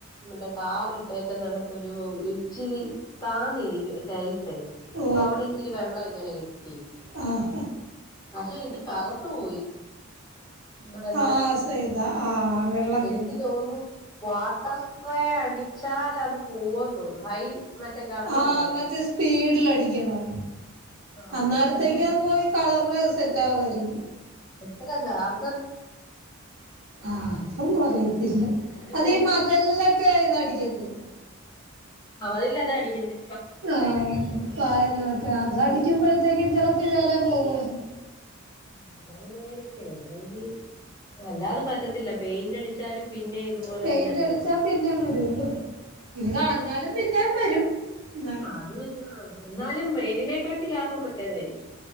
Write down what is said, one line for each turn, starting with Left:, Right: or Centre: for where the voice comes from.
Left: മറ്റേ കാറിട്ടൊക്കെ നടത്തൊരു ഇച്ചിരി താന്നിരിക്കും ടൈൽ തേ
Right: ഓ
Left: അവിടെ ഇച്ചിരി വെള്ളം ഇങ്ങനെ കെട്ടി
Right: ആ ആ
Left: പക്ഷെ ഇത് കറുത്ത് പോയി ഇവടെല്ലാം.
Right: ആഹ് സേത ആഹ് വെള്ളം
Left: എനിക്ക്
Right: വീണ്
Left: തോന്നുന്നു വാട്ടർ സ്പ്രേ അടിച്ചാൽ അത് പോവന്ന് തോന്നുന്നു ഹൈ മറ്റേ ഗണ്ണുണ്ടല്ലോ
Right: ആഹ മറ്റേ
Left: അടി
Right: സ്പീഡിൽ അടിക്കണം.
Left: ആഹ്
Right: അന്നേരത്തേക്ക്
Left: പക്ഷെ അതിന്
Right: അത് പോയി കളറ് സെറ്റ് ആകുമായിരിക്കും.
Left: എത്ര ചാർ
Right: ആഹ് അതൊന്നു അറിയി ഇല്ല
Left: ഒരു
Right: അതീ
Left: ദിവസം
Right: മതൽനൊക്കെ ഇതടിക്കത്തില്ലേ
Left: മതില്ലാത്താ അടിക്ക്ന്നേ
Right: ആഹ് പായലൊക്കെ. അതടിക്കുമ്പഴ ത്തേക്കും ചെലപ്പോ ഇതെല്ലാം പോവുമായിരുന്നു
Left: ഉം വെള്ളേരിക്കു അല്ലെങ്കി അല്ലാതെ പ റ്റത്തില്ല പെയിന്റ് അടിച്ചാലും പിന്നെ ഇതുപോലെന്നല്ലെ
Right: പെയിന്റ് അടിച്ചാ
Left: വ
Right: പിന്നേം വരുവല്ലോ ഇത് കളഞ്ഞാലും പിന്നേം വരും എന്നാലും
Left: ആ അത് വരു ആ എന്നാലും പെയിന്റിനെക്കാട്ട് ട്ട് ലാഭം മറ്റതായിരിക്കും